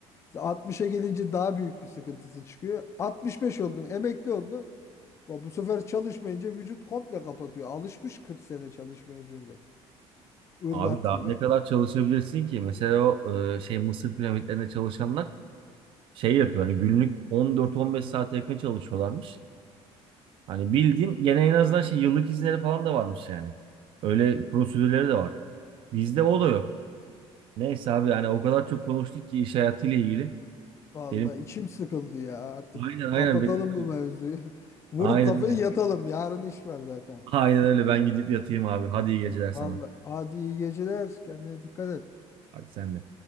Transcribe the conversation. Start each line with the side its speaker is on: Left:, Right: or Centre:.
Left: 60'a gelince daha büyük bir sıkıntısı çıkıyor. 65 oldun, emekli oldu. Bu sefer çalışmayınca vücut komple kapatıyor. Alışmış 40 sene çalışmaya çünkü. Irgat
Right: Abi daha
Left: gibi.
Right: ne kadar çalışabilirsin ki? Mesela o e, şey Mısır piramitlerinde çalışanlar şey yapıyor hani günlük 14-15 saate yakın çalışıyorlarmış. Hani bildiğin gene en azından şey yıllık izinleri falan da varmış yani. Öyle prosedürleri de var. Bizde o da yok. Neyse abi yani o kadar çok konuştuk ki iş hayatıyla ilgili.
Left: Vallahi
Right: Benim
Left: içim sıkıldı ya. Artık
Right: aynen aynen
Left: kapatalım
Right: benim
Left: bu mevzuyu. <laughs> Vurup
Right: Aynen
Left: kafayı
Right: öyle.
Left: yatalım. Yarın iş var zaten.
Right: Aynen öyle ben gidip yatayım abi. Hadi iyi geceler sana.
Left: Vallahi hadi iyi geceler. Kendine dikkat et.
Right: Hadi sen de.